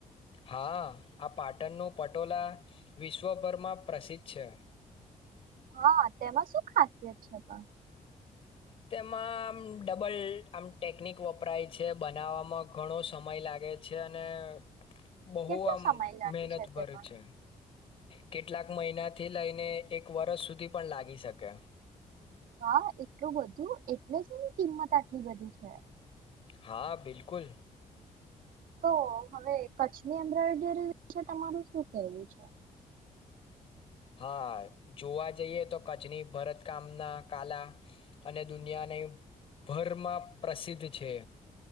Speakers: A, on the left; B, on the right.
A: હા આ પાટણનું પટોલા વિશ્વભરમાં પ્રસિદ્ધ છે
B: હા તેમાં શું ખાસિયત છે પણ
A: તેમાં આમ ડબલ આમ ટેકનિક વપરાય છે બનાવવામાં ઘણો સમય લાગે છે અને બહુ
B: કેટલો
A: આમ
B: સમય લાગી
A: મહેનત
B: શકે
A: ભરે
B: પણ
A: છે કેટલાક મહિના થી લઈને એક વરષ સુધી પણ લાગી શકે
B: હા એટલું બધું એ એટલે જ એની કિંમત આટલી બધી છે
A: હા બિલકુલ
B: તો હવે કચ્છની <unintelligible> વિશે તમારું શું કેવું છે
A: હા જોવા જઈએ તો કચ્છની ભરત કામના કાલા અને દુનિયાની ભરમાં પ્રસિદ્ધ છે